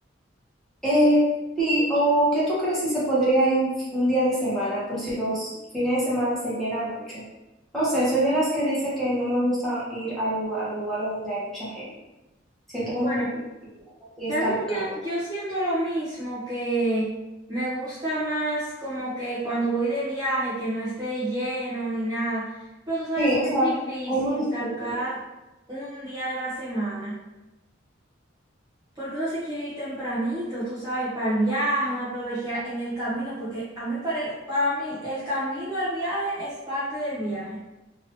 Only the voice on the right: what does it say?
Bueno.
Realmente yo, yo siento lo mismo, que me gusta más como que cuando voy de viaje, que no esté lleno ni nada. Pero tú sabes
que
es difícil
sacar
un día de la semana, porque uno se quiere ir tempranito, tú sabes, para el viaje, uno aprovecha en el camino, porque a mí para, el- para mí el camino al viaje es parte del viaje.